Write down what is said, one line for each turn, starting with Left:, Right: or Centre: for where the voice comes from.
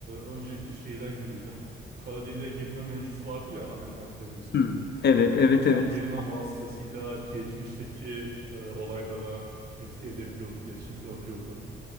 Right: öncelikle şeyden gireceğim. Bu kara deliğe girme mevzusu vardı ya ana karakterimizin.
Left: Hmm. Evet, evet,
Right: Ona
Left: evet.
Right: girme vasıtasıyla geçmişteki e, olaylara etki edebiliyordu, iletişim kurabiliyordu.